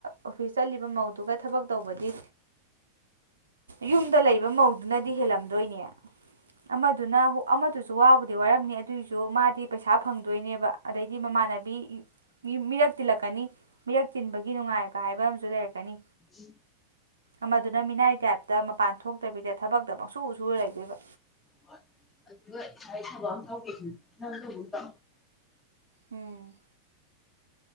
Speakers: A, on the right; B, on the left.
A: ꯑꯣꯐꯤꯁ ꯆꯠꯂꯤꯕ ꯃꯧꯗꯨꯒ ꯊꯕꯛ ꯇꯧꯕꯗꯤ ꯌꯨꯝꯗ ꯂꯩꯕ ꯃꯧꯗꯨꯅꯗꯤ ꯍꯦꯜꯂꯝꯗꯣꯏꯅꯦ ꯑꯃꯗꯨꯅ ꯍ ꯑꯃꯗꯨꯁꯨ ꯋꯥꯕꯨꯗꯤ ꯋꯥꯔꯝꯅꯤ ꯑꯗꯨꯏꯁꯨ ꯃꯥꯗꯤ ꯄꯩꯁꯥ ꯐꯪꯗꯣꯏꯅꯦꯕ ꯑꯗꯩꯗꯤ ꯃꯃꯥꯟꯅꯕꯤ ꯃꯤ ꯃꯤꯔꯛ ꯇꯤꯜꯂꯛꯀꯅꯤ ꯃꯤꯔꯛ ꯇꯤꯟꯕꯒꯤ ꯅꯨꯡꯉꯥꯏꯕ ꯍꯥꯏꯕ ꯑꯃꯁꯨ ꯂꯩꯔꯛꯀꯅꯤ
B: ꯎ
A: ꯑꯃꯗꯨꯅ ꯃꯤꯅꯥꯏ ꯇꯥꯏꯞꯇ ꯃꯄꯥꯟ ꯊꯣꯛꯇꯕꯤꯗ ꯊꯕꯛꯇꯃꯛꯪꯁꯨ ꯎ ꯁ ꯂꯩꯗꯣꯏꯕ
B: ꯍ ꯑꯗꯨꯒ ꯏꯁꯥꯏ ꯊꯕꯛ ꯑꯃ ꯇꯦ ꯅꯪ ꯇ
A: ꯎꯝ